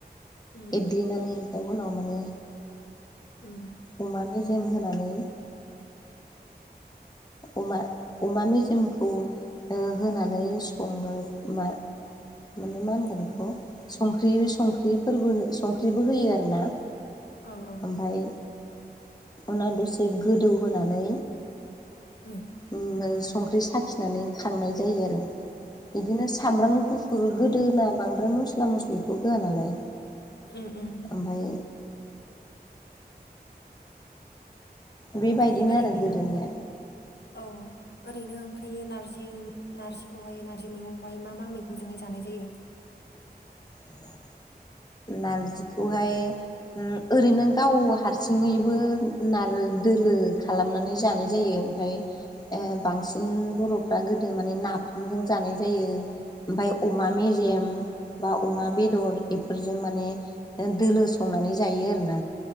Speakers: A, on the left (about 80°); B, on the left (about 25°).
A: उम
B: एग्लिनानै
A: उम
B: ओमफाय उनाव माने
A: उम
B: अमा मेजेम होनानै। अमा अमा मेजेमखौ ओ होनानै सङो मा माने मा होनगोन
A: औ
B: बेखौ संख्रि संख्रिफोरबो संख्रिबो होयो आरो ना।
A: औ औ
B: ओमफ्राय उनाव दसे गोदौ होनानै।
A: उम
B: ओ संख्रि साखिनानै खांनाय जायो आरो बिदिनो। सामब्राम गुफुर
A: औ
B: गोदोना बांद्राय मस्ला मस्लिखौ होया नालाय।
A: ओम ओम
B: ओमफ्राय बेबायदिनो
A: ओमफ्राय ओरैनो
B: आरो गोदोनिया
A: औ ओरैनो ओमफ्राय नारजि नारजिखौहाय नारजि मैगंखौहाय मा मा मैगंजोंहाय जानाय। जायो।
B: <inaudible> नारजिखौहाय ओरैनो ओ गाव हारसिङैबो नारजि। दोलो खालामनानै जानाय जायो ओमफ्राय
A: औ
B: ओ बांसिन बर'फ्रा गोदो माने नाफामजों जानाय जायो। ओमफ्राय अमा
A: औ
B: मिजेम बा अमा
A: औ
B: बेदर। फोरफोरजों माने दोलो संनानै
A: औ
B: जायो आरोना।